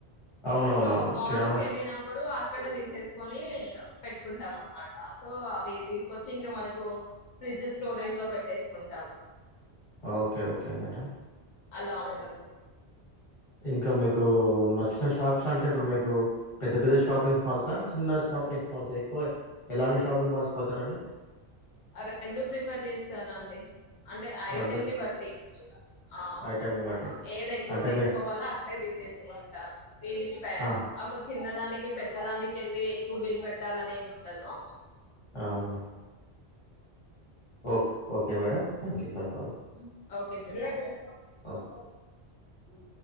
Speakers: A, on the left; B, on the left.
A: అవునవునవును
B: సో మాల్స్
A: కిరాణా
B: కెళ్లినప్పుడు
A: షా
B: ఇక్కడ తీసేసుకొని పెట్టుకుంటాం. అనమాట సో అవి తీస్ వచ్చి ఇంకా మనకు ఫ్రిడ్జ్ స్టోరేజ్ లో పెట్టేసుకుంటాము.
A: ఓకే ఓకే మేడం
B: అలా ఉంటుంది.
A: ఇంకా మీకు నచ్చిన షాప్స్ అంటె ఇప్పుడు మీకు పెద్ద పెద్ద షాపింగ్ మాల్సా చిన్న షాపింగ్ మాల్స్ ఎక్కువ ఎలాంటి షాపింగ్ మాల్స్ పోతారండి.
B: ఆ రెండు ప్రిఫర్ చేస్తానండి. అంటె ఐటెంని
A: రెండు
B: బట్టి ఆ
A: ఐటెంని బట్టి
B: ఏది ఎక్కుడు
A: అంటే
B: తీసుకోవాలొ
A: మే
B: అక్కడె తీసేసుకుంటా దీనికి పే
A: ఆ
B: ఒక చిన్నదాని పెద్దదానికి వెళ్ళి ఎక్కువ బిల్ పెట్టాలని ఏం ఉండదు.
A: అవును okay okay madam thank you bye
B: hmm ఓక్ ఏసే <unintelligible> అ
A: ఓకే
B: ఉం